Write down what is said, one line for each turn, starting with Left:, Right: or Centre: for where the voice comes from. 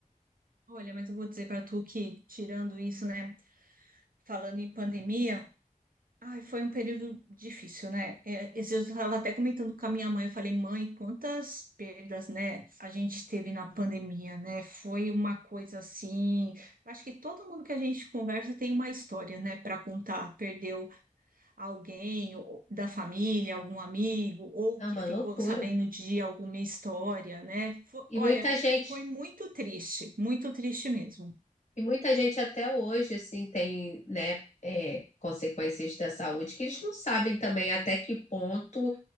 Right: olha, mas eu vou dizer para tu que, tirando isso, né, falando em pandemia, ai, foi um período difícil, né? É, esses dias eu estava até comentando com a minha mãe, eu falei, mãe, quantas perdas, né, a gente teve na pandemia, né? Foi uma coisa assim. Acho que todo mundo que a gente conversa tem uma história, né, para contar. Perdeu alguém ou- da família, algum amigo, ou
Left: É
Right: que
Left: uma
Right: ficou
Left: loucura.
Right: sabendo de alguma história, né? Fo-
Left: E
Right: olha,
Left: muita gente,
Right: foi muito triste, muito triste mesmo.
Left: e muita gente até hoje, assim, tem, né, é, consequências da saúde que eles não sabem também até que ponto